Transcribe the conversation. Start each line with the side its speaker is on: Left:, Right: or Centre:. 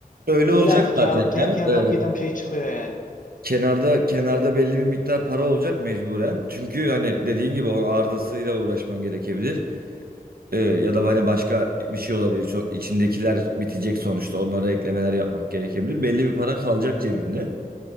Right: Öyle
Left: illaki
Right: olacak
Left: kâr,
Right: zaten
Left: kâ-
Right: ya.
Left: kârdan
Right: Ee,
Left: kıyıdan bir şey çıkıyor yani.
Right: kenarda kenarda belli bir miktar para olacak mecburen. Çünkü hani dediğin gibi o ardasıyla uğraşman gerekebilir. Ee, ya da hani başka bir şey olabilir. Çok, içindekiler bitecek sonuçta. Onlara eklemeler yapmak gerekebilir. Belli bir para kalacak cebimde.